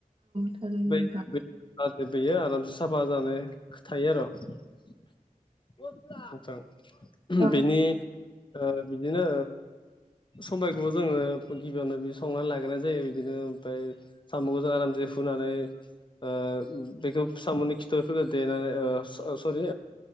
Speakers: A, on the right; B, on the left.
A: थारैनो
B: <inaudible>
A: नोंथां।
B: जाहाथे बेयो आरामसे साफा जानो खो थायो आर' <unintelligible> नोंथां
A: औ
B: बेनि ओ बिदिनो सबायखौबो जोङो गिबियावनो बि संनानै लाग्रोनाय जायो बिदिनो ओमफ्राय साम'खौ जों आरामसे हुनानै ओ बेखौ साम'नि खिथुफोरखौ देनानै ओ अ सरि